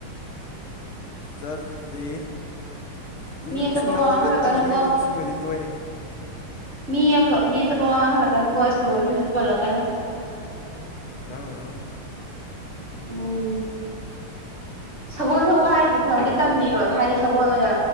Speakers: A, on the left (about 75°); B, on the right (about 30°).
A: ꯆꯠꯂꯤ ꯑꯗꯨꯝ
B: ꯃꯤ ꯑꯇꯣꯞꯄ
A: ꯁ꯭ꯀꯨꯜ
B: ꯋꯥ
A: ꯑꯐꯕ
B: ꯉꯥꯡꯍꯜꯂꯛꯀꯅꯨꯀꯣ
A: ꯇꯝꯕꯅꯤꯅ ꯑꯗꯨꯝ ꯁ꯭ꯀꯨꯜꯒꯗꯤ ꯇꯣꯏꯔꯦ
B: ꯃꯤꯐ ꯃꯤꯇ ꯄꯕꯋꯥ ꯍꯜꯂꯛꯀꯅꯨꯀꯣ ꯁ꯭ꯀꯨꯜ ꯃꯃꯤꯡꯗꯨꯁꯨ ꯄꯜꯂꯛꯀꯅꯨ
A: ꯉꯥꯡꯉꯨ ꯉꯥꯡꯉꯨ
B: ꯎꯝ ꯁꯒꯣꯜ ꯊꯧꯕ ꯍꯥꯏꯁꯦ ꯊꯕꯛꯗꯤ ꯇꯝꯃꯤꯔꯣ ꯍꯥꯏꯗꯤ ꯁꯒꯣꯜ ꯑꯣꯏꯅ